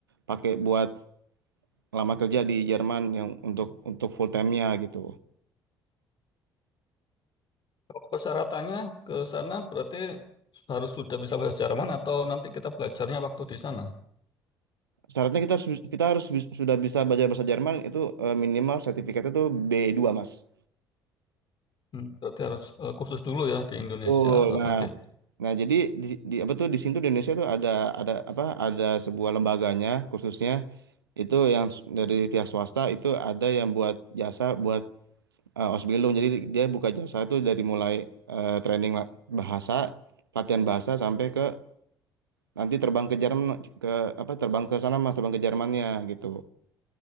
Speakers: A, on the right; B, on the left.
A: pakai buat lamar kerja di Jerman yang untuk untuk full time-nya gitu.
B: Kalau persyaratannya ke sana berarti harus sudah bisa bahasa Jerman atau nanti kita belajarnya waktu di sana?
A: Syaratnya kita harus kita harus bis- sudah bisa belajar bahasa Jerman itu eh, minimal sertifikatnya tuh b dua Mas.
B: Hmm, berarti harus eh, kursus dulu ya di Indonesia
A: Betul.
B: baru
A: Nah,
B: nanti.
A: nah jadi di, di apa tuh di sini tuh di Indonesia tuh ada ada apa ada sebuah lembaganya khususnya itu yang s- dari pihak swasta itu ada yang buat jasa buat eh, Osbilung. Jadi dia buka jasa itu dari mulai eh, training la- bahasa, latihan bahasa sampai ke nanti terbang ke Jerman ke apa terbang ke sana Mas, terbang ke Jermannya gitu.